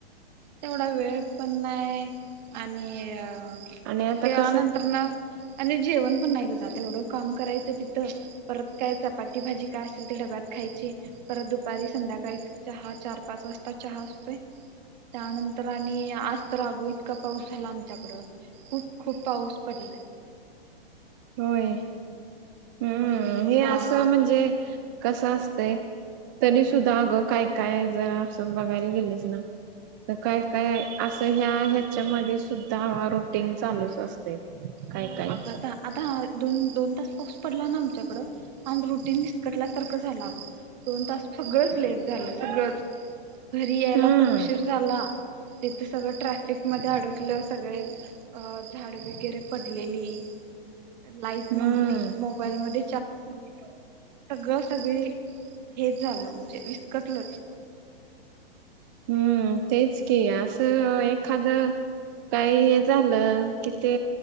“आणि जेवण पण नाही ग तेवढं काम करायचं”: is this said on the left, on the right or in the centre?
Right